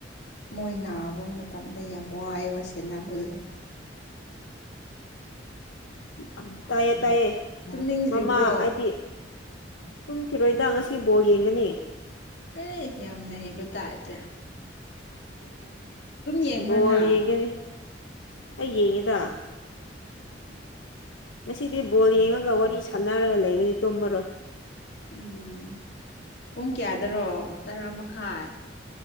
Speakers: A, on the left (about 65°); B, on the left (about 85°).
A: ꯃꯣꯏ ꯅꯥꯕ ꯃꯇꯝꯗ ꯌꯥꯝ ꯋꯥꯏꯑꯦꯕ ꯁꯦꯟꯅꯕꯗꯨꯗꯣ
B: ꯑꯣ ꯇꯥꯏꯌꯦ ꯇꯥꯏꯌꯦ
A: ꯇꯨꯝꯅꯤꯡꯗ꯭ꯔꯤꯕꯣ
B: ꯃꯃꯥ ꯍꯥꯏꯗꯤ ꯇꯨꯝꯈꯤꯔꯣꯏꯗ ꯉꯁꯤ ꯕꯣꯜ ꯌꯦꯡꯒꯅꯤ
A: ꯑꯦ ꯌꯥꯝꯅ ꯍꯩꯕ ꯇꯥꯏꯗꯤ ꯌꯦꯡꯕ꯭ꯔ
B: ꯕꯣꯜ
A: ꯅꯪ
B: ꯌꯦꯡꯒꯅꯤ ꯑꯩ ꯌꯦꯡꯉꯦꯗ
A: ꯎꯝ
B: ꯉꯁꯤꯗꯤ ꯕꯣꯜ ꯌꯦꯡꯉꯒ ꯋꯥꯔꯤ ꯁꯥꯟꯅꯔꯒ ꯂꯩꯒꯅꯤ ꯇꯣꯃꯔꯣꯏ
A: ꯎꯝ ꯄꯨꯡ ꯀꯌꯥꯗꯔꯣ ꯇꯔꯥ ꯃꯈꯥꯏ